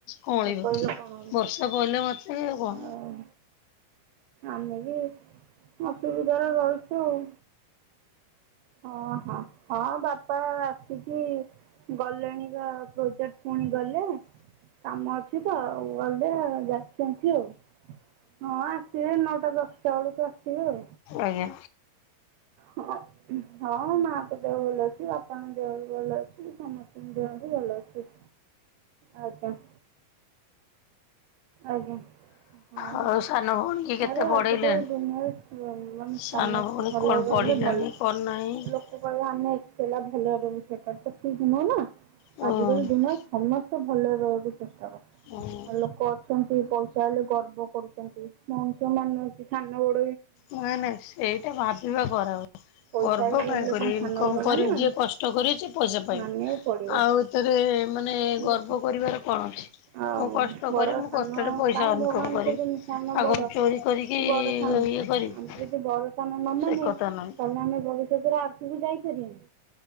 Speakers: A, on the left; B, on the right.
A: କଅଁଳିବକି
B: ଆଉ କହିଲେ କଣ ହେବ
A: ବର୍ଷା ପଇଲାମାତ୍ରେ କ
B: ଆଉ ଆମେ ବି ଅସୁବିଧାରେ ରହିଛୁ ଆଉ। ହଁ ହଁ ହଁ ବାପା ଆସିକି ଗଲେଣି ପା ପ୍ରୋଜେକ୍ଟ ପୁଣି ଗଲେ। କାମ ଅଛି ତ ଆଉ ଗଲେ ଯାଛନ୍ତି ଆଉ। ହଁ ଆସିବେ ନଅଟା ଦଶଟା ବେଳକୁ ଆସିବେ ଆଉ।
A: ଆଜ୍ଞା
B: ହଁ ହଁ ମାଙ୍କ ଦେହ ଭଲ ଅଛି ବାପାଙ୍କ ଦେହ ଭଲ ଅଛି ସମ ଦେହବି ଭଲ ଅଛି। ଆଜ୍ଞା। ଆଜ୍ଞା। ହଁ
A: ଆଉ
B: ହଁ
A: ସାନ ଭଉଣୀ କି କେତେ
B: ଆରେ ଆଜିକାଲି
A: ପଢେଇଲେଣି
B: ଦୁନିଆରେ ମାନେ
A: ସାନ
B: ସମସ୍ତେ
A: ଭଉଣୀ
B: ଭଲ
A: କଣ
B: ରହିଲେ ଭଲ।
A: <unintelligible>
B: ସେ କହିବେ ଆମେ ଏକଲା ଭଲରେ ରହିବୁ ସେଟା ତ ଠିକ ନୁହଁ ନା।
A: ହୁଁ
B: ଆଜିକାଲି ଦୁନିଆରେ ସମ ତ ଭଲରେ ରହିବାକୁ ଚେଷ୍ଟା କରୁ।
A: ହୁଁ
B: ଲୋକ ଅଛନ୍ତି ପଇସା ହେଲେ ଗର୍ବ କରୁଛନ୍ତି। ମଣିଷ ମାନୁ ନାହାନ୍ତି। ସାନ ବଡ଼
A: ନାଇଁ ନାଇଁ ସେଇଟା ଭାବିବା ଖରାପ।
B: ପଇସା
A: ଗର୍ବ
B: ହେଇଗଲା
A: କାହିଁକ
B: ବୋଲି
A: କରିବେ
B: କଣ ସାନ
A: ଇନକମ
B: ବଡ
A: କରିବୁ
B: ମାନିବନି।
A: ଯିଏ କଷ୍ଟ କରିବ ସେ ପଇସା ପାଇବୁ
B: ମାନିବାକୁ ପଡ଼ିବ
A: ଆଉ। ତେରେ ମାନେ
B: ଠିକ୍
A: ଗର୍ବ
B: ଅଛି
A: କରିବାର କଣ ଅଛି?
B: ଆଉ
A: ମୁଁ କଷ୍ଟ
B: ବଡ଼
A: କରି ମୁଁ
B: ସାନ
A: କଷ୍ଟରେ ପଇସା
B: କାହିଁ
A: ଅନକମ
B: ଭଗବାନ
A: କରିବି।
B: କହିଛନ୍ତି ସାନ
A: ଆଉ
B: ବଡ଼
A: କଣ ଚୋରି କରିକି
B: କି ବଡ଼
A: ଇଏ
B: ସାନ
A: କରିବି
B: ଆମେ ଯଦି ବଡସ ଆମେ ମାମା
A: ସେ
B: ନିଏ
A: କଥା ନାହିଁ।
B: ତହେଲେ ଆମେ ବ ସେରେ ଆଗକୁ ଯାଇପାରନି।